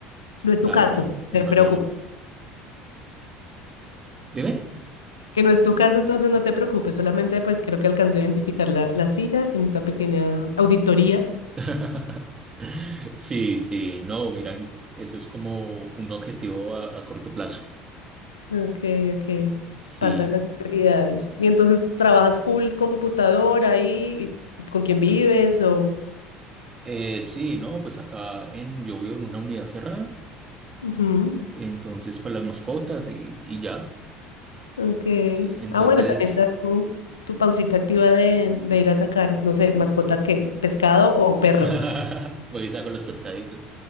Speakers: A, on the left; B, on the right.
A: No es
B: Claro,
A: tu caso,
B: me,
A: no
B: me
A: te
B: imagino.
A: preocupes.
B: Dime.
A: Que no es tu caso, entonces no te preocupes, solamente pues creo que alcanzó a identificar la, la silla en esta pequeña auditoría.
B: <laughs> Sí, sí, no, mira, eso es como un objetivo a, a corto plazo.
A: Ok, ok.
B: Sí,
A: Pasan las prioridades. Y entonces trabajas full computadora ahí, y ¿con quién vives o...?
B: eh, sí, no, pues acá en, yo vivo en una unidad cerrada,
A: Ujú.
B: entonces con las mascotas y, y ya.
A: Ok.
B: Eh, Entonces,
A: Ah, bueno, también te das tu, tu pausita activa de, de ir a sacar, no sé, mascota que, pescado o perro.
B: <laughs> Voy y saco los pescaditos.